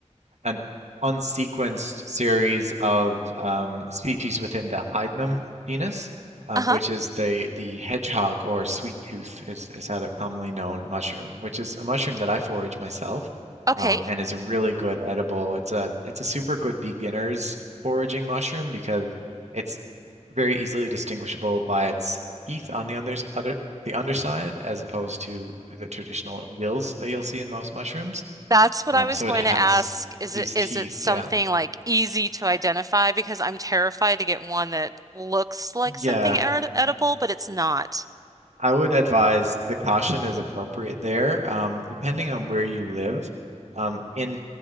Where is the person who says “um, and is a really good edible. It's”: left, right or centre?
Right